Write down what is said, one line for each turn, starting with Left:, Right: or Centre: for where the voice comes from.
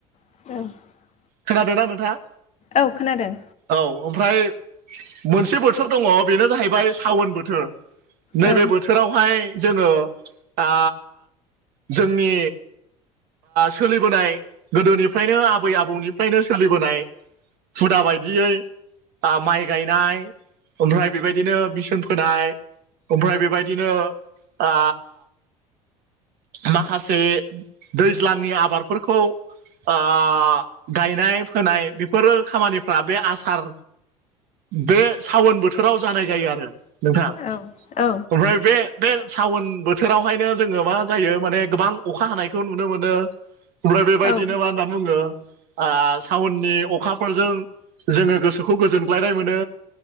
Left: <unintelligible>
Right: खोनादों ना नोंथाङा
Left: औ खोनादों
Right: औ ओमफ्राय मोनसे बोथोर दङ बेनो जाहैबाय सावोन बोथोर नैबे
Left: औ
Right: बोथोर बोथावहाय जोङो आ जोंनि सोलिबोनाय गोदोनिफ्रायनो आबै आबौनिफ्रायनो सोलिबोनाय हुदा बायदियै माइ गायनाय ओमफ्राय बेबायदिनो बिसोन फोनाय ओमफ्राय बेबायदिनो आ माखासे दैज्लनि आबादफोरखौ आ गायनाय फोनाय बेफोरो खामानिफ्रा बे आसार बे सावोन बोथोराव जानाय जायो आरो नोंथाङा
Left: औ औ
Right: ओमफ्राय बे बे सावोन बोथोरावहायनो जोङो मा मा जायो गोबां अखा हानायखौ नुनो मोनो ओमफ्राय बेबायदिनो
Left: औ
Right: मा होनो मा बुङो सावननि अखाफोरजों जोङो गोसोखौ गोजोनग्लायनाय मोनो।